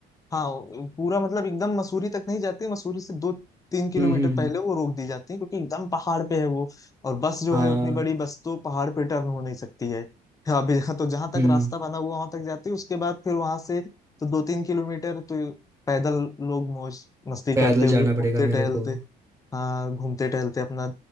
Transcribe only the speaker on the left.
हाँ वो पूरा मतलब एकदम मसूरी तक नहीं जाती मसूरी से दो तीन किलोमीटर
पहले वो रोक दी जाती है क्योंकि एकदम पहाड़ पे है वो और बस जो
है उतनी बड़ी बस तो पहाड़ पे टर्न हो नहीं सकती है हाँ, अभी यहाँ तो जहां तक
रास्ता बना हुआ वहां तक जाती है उसके बाद फिर वहां से तो दो तीन किलोमीटर तो पैदल लोग मौज मस्ती
करते हुए
घूमते
टहलते
हाँ घूमते टहलते अपना